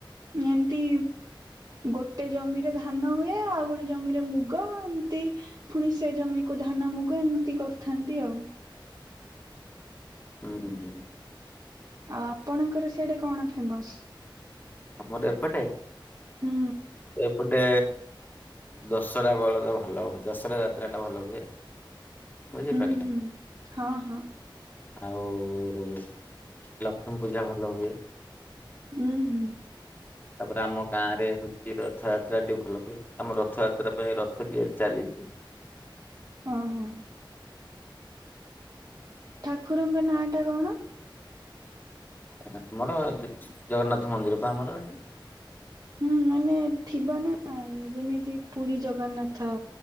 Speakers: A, on the right (about 40°); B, on the left (about 20°).
A: ଏମତି ଗୋଟେ ଜମିରେ ଧାନ ହୁଏ, ଆଉ ଗୋଟେ ଜମିରେ ମୁଗ ଏମିତି ପୁଣି ସେ ଜମିକୁ ଧାନ ମୁଗ ଏମିତି କରିଥାନ୍ତି ଆଉ।
B: ହୁଁ ହଁ ହୁଁ।
A: ଆଉ ଆପଣଙ୍କର ସେଆଡେ କଣ ଫେମସ୍?
B: ଆମର ଏପଟେ
A: ହୁଁ।
B: ଏପଟେ ଦଶହରା ବଳଦ ଭଲ ଦଶହରା ଯାତ୍ରା ଟା ଭଲ ହୁଏ। ବୁଝିପାରିଲି
A: ଉଁ ହୁଁ ହଁ ହଁ
B: ଆଉ ଲକ୍ଷ୍ମୀ ପୂଜା ଭଲ ହୁଏ।
A: ଉୁଁ ହୁଁ।
B: ତାପରେ ଆମ ଗାଁ ରେ ହଉଛି ରଥଯାତ୍ରାଟି ଭଲ ହୁଏ ଆମ ରଥଯାତ୍ରା ପାଇଁ ରଥ ତିଆରି ଚାଲିଛି
A: ଅ ହଁ। ଠାକୁରଙ୍କ ନାଁ ଟା କଣ?
B: ଆମର ଏ ଜଗନ୍ନାଥ ମନ୍ଦିର ବା ଆମର
A: ହୁଁ ମାନେ ଥିବ ନା ଯେମିତି ପୁରୀ ଜଗନ୍ନାଥ